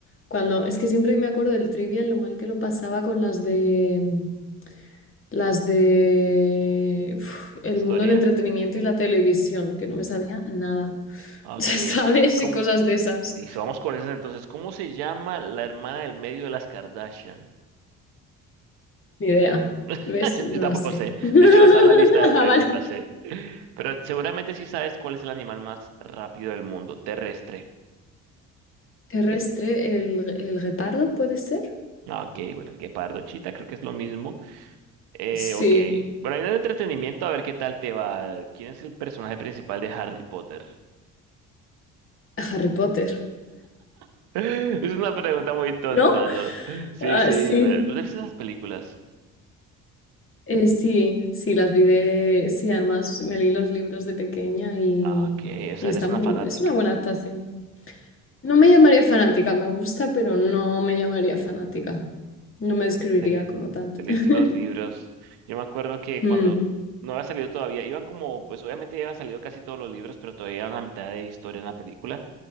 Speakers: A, on the left; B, on the right.
A: cuando, es que siempre que me acuerdo del trivial, lo mal que lo pasaba con las de, las de uf, el
B: ¿Historia?
A: mundo del entretenimiento y la televisión, que no me sabía nada. <laughs>
B: Ok.
A: ¿Sabes?
B: ¿Cómo?
A: Y cosas de esas.
B: Listo, vamos con esas entonces. ¿Cómo se llama la hermana del medio de las Kardashian?
A: Ni idea.
B: <laughs>
A: ¿Ves?
B: Yo,
A: No
B: yo tampoco
A: las sé.
B: sé.
A: <laughs>
B: De hecho, no está en la lista de
A: Ah,
B: preguntas,
A: vale.
B: ¿eh? Pero seguramente sí sabes cuál es el animal más rápido del mundo, terrestre.
A: Terrestre, el, el guepardo, ¿puede ser?
B: Ah, Ok, bueno, el guepardo, chita, creo que es lo mismo. Eh,
A: Sí.
B: ok, bueno, hay un entretenimiento, a ver qué tal te va. ¿Quién es el personaje principal de Harry Potter?
A: A Harry Potter.
B: <laughs> Es una pregunta muy tonta,
A: ¿No?
B: ¿no? Sí,
A: Ah,
B: sí,
A: sí,
B: ve- tú ves esas películas.
A: Eh, sí, sí, las vi de... Sí, además me leí los libros de pequeña y,
B: Ah, ok, o sea,
A: y está...
B: eres una fanática.
A: es una buena adaptación. No me llamaría fanática, me gusta, pero no me llamaría fanática. No me describiría
B: Te, le-
A: como tal.
B: te leíste
A: <laughs>
B: los libros. Yo me acuerdo que
A: Mm,
B: cuando no había salido todavía, iban como, pues obviamente ya habían salido casi todos los libros, pero todavía iban a mitad de historia en la película.